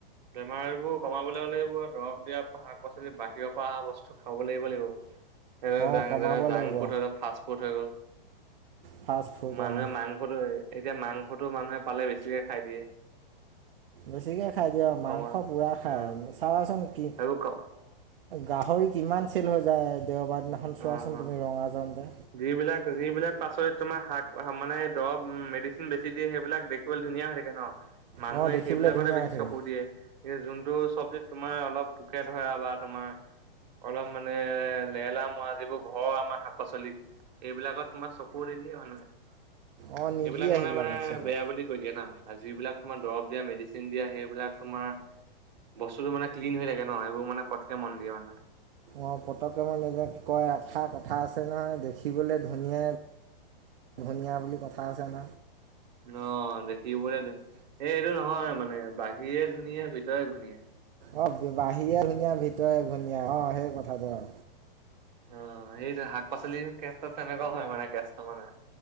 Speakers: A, on the right; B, on the right.
A: বেমাৰবোৰ কমাব লৈ হলে আৰু এইবোৰ দৰব দিয়া শাক- পাচলি বাহিৰৰ পৰা অহা বস্তু খাব লাগিব, লাগিব। এ
B: অঁ কমাব
A: যেনে জাংক
B: লাগিব
A: ফুড হৈ গ'ল ফাষ্ট ফুড হৈ গ'ল।
B: ফাষ্ট ফুড
A: মানুহে
B: অঁ
A: মাংসটো, এতিয়া মাংসটো মানুহে পালে বেছিকে খাই দিয়ে।
B: বেছিকে খাই দিয়ক মাংস
A: কমা অ
B: পুৰা খায় চাবাচোন কি
A: সেইবোৰ ক
B: গাহৰি কিমান চেল হৈ যায় দেওবাৰ দিনাখন চোৱাচোন
A: অ অ
B: তুমি ৰঙা জানতে।
A: যিবিলাক যিবিলাক পাচলি তোমাৰ শাক-মানে দৰৱ মেডিচিন বেছি দিয়ে সেইবিলাক দেখিবলে ধুনীয়া হৈ থাকে ন। মানুহে
B: অঁ দেখিবলৈ
A: সেইবিলাকতে
B: ধুনীয়া
A: বেছি
B: হৈ থাকে
A: চকু দিয়ে, এই যোন টো চব্জিত তোমাৰ অলপ পোকে ধৰা বা তোমাৰ অলপ মানে লেলাম তোমাৰ যিবোৰ ঘৰৰ আমাৰ শাক পাচলি এইবিলাকত তোমাৰ চকু নিদিয়ে মানুহে।
B: অঁ নিদিয়ে
A: এইবিলাক মানুহে
B: সেইবিলাকত
A: মানে
B: চবে
A: বেয়া বুলি কৈ দিয়ে না, যিবিলাক তোমাৰ দৰব মেডিচিন দিয়া, সেইবিলাক তোমাৰ বস্তুতটো মানে ক্লিন হৈ থাকে ন, সেইবোৰ মানে পটকে মন দিয়ে মানে।
B: অ', পতকে মান যে কয় এষাৰ কথা আছে নহয় দেখিবলৈ ধুনীয়াই ধুনীয়া বুলি কথা আছে ন।
A: অ', দেখিবলে এই এইটো নহয় মানে বাহিৰে ধুনীয়া ভিতৰে ঘূণীয়া।
B: অ', বাহিৰে ধুনীয়া ভিতৰে ধুনীয়া অ', সেই কথাটো অ।
A: অ', সেইটো শাক পাচলি ক্ষেত্ৰত তেনেকুৱা হয় মানে কেচটো মানে।